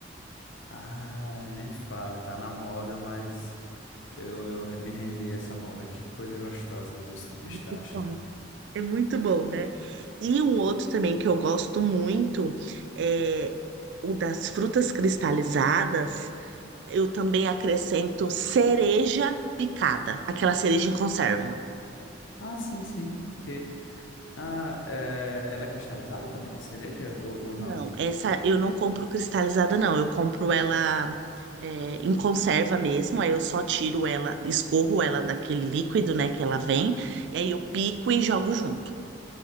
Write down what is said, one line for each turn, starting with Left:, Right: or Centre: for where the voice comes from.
Left: Ai, nem fale, tá na moda, mas eu, eu me rendi a essa moda. Que coisa gostosa, doce de pistache,
Right: Muito bom.
Left: né?
Right: É muito bom, né? E um outro também que eu gosto muito é o das frutas cristalizadas. Eu também acrescento cereja picada, aquela cereja em conserva.
Left: Ah, sim, sim. Que, ah, é, ela é cristalizada também, a cereja? Ou, ou
Right: Não,
Left: não?
Right: essa eu não compro cristalizada, não. Eu compro ela é, em conserva mesmo. Aí eu só tiro ela, escorro ela daquele líquido, né, que ela vem. E aí eu pico e jogo junto.